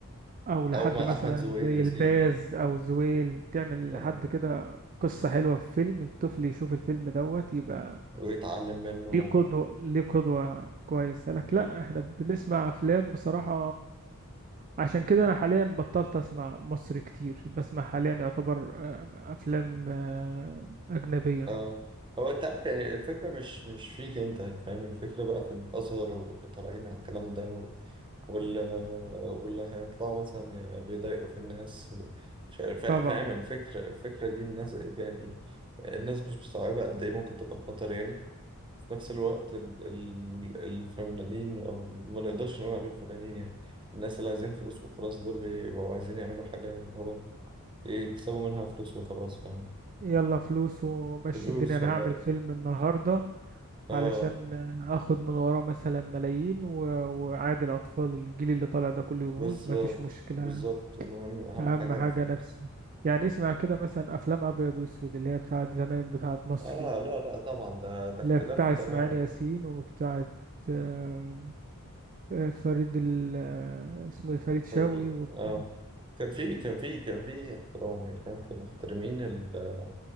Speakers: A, on the right (about 35°); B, on the right (about 20°).
A: او لحد
B: أو ما
A: مثلا
B: أحمد زويل
A: زي
B: يا
A: الباز
B: سيدي
A: او زويل تعمل
B: فاهم
A: لحد كده قصة حلوة في فيلم الطفل يشوف الفيلم دوت يبقى
B: ويتعلم منه
A: ليه قدوة ليه قدوة كويسة لك لا احنا بنسمع افلام بصراحة عشان كده انا حاليا بطلت اسمع مصري كتير بسمع حاليا يعتبر آه، افلام آه، اجنبية
B: اه هو انت عارف يعني الفكرة مش مش فيك انت فاهم الفكرة بقى في الأزهر واللي طالعين على الكلام ده و- واللي واللي هيطلعوا مثلا بيضايقوا في الناس ومش عارف فا-
A: طبعا
B: فاهم الفكرة الفكرة دي الناس يعني الناس مش مستوعبة قد ايه ممكن تبقى خطر يعني في نفس الوقت ال ال الفنانين او ما نقدرش نقول عليهم فنانين يعني الناس اللي عايزين فلوس وخلاص دول بيبقوا عايزين يعملوا حاجة اللي هو إيه، يكسبوا منها فلوس وخلاص فاهم
A: يلا فلوس ومشي
B: فلوس
A: الدنيا انا
B: والله
A: هعمل فيلم النهارده
B: اه
A: علشان اخد من وراه مثلا ملايين و... وعادي الاطفال الجيل اللي طالع ده كله يبوظ
B: بالظبط
A: مفيش مشكله
B: بالظبط المهم اهم
A: اهم
B: حاجة
A: حاجه
B: الفلوس
A: نفسي يعني اسمع كده مثلا افلام ابيض واسود اللي هي بتاعت زمان بتاعت مصري
B: اه لا لا طبعا ده ده
A: اللي
B: اختلاف
A: هي بتاع اسماعيل
B: تماما
A: ياسين
B: يعني
A: وبتاعت آه، فريد ال... آه، اسمه إيه؟ فريد شوقي
B: فال-
A: وبتاع
B: اه كان في كان في كان في احترام يعني فاهم كانوا محترمين ال-